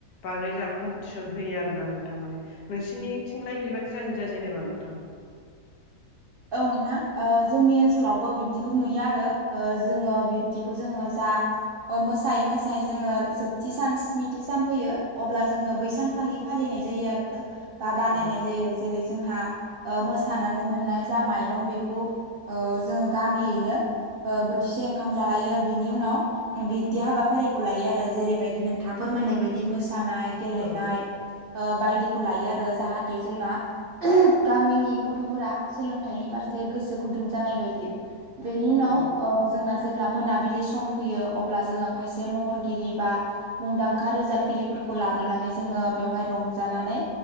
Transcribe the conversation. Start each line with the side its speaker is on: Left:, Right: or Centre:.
Left: बागै जोंहा कम्पिटि टिसन होयो आरो ना नोंथां। माने नोंसिनिथिंलाय बेबादि जागोन्ना जाया जेनेबा नोंथां?
Right: औ नोंथां ओ जोंनि ओनसोलावबो बिब्दिखौ नुयो आरो जोङो बिब्दिखौ जोङो जा मोसायै मोसायै जोङो जोबथि सान स्निथि सान फैयो। अब्ला जोङो बैसानखालि फालिनाय जायो आरो बा बानायनाय
Left: औ
Right: जायो। जेरै जोंहा मोसानानै मोननाय जा माइरं बेखौ ओ जोङो गामियैनो बोथिसे ओंखाम जालायो बेनि उनाव बिबदि हाबाफारिखौ लायो आरो जेरैबायदि नोंथाआ फोरमायनाय बादि मोसानाय। गेलेनाय
Left: औ
Right: बायदिखौ लायो आरो जाहाथे जोंना गामिनि गथ'फोरा सोलोंथाइनि फारसे गोसो गुदुं जानाय बायदि बेनि उनाव
Left: औ
Right: जोंना जेब्ला मोनाबिलि सम फैयो अब्ला जोङो खायसे महरगिरि बा मुंदांखा रोजाबगिरिफोरखौ लाबोनानै जोङो बेवहाय रंजानानै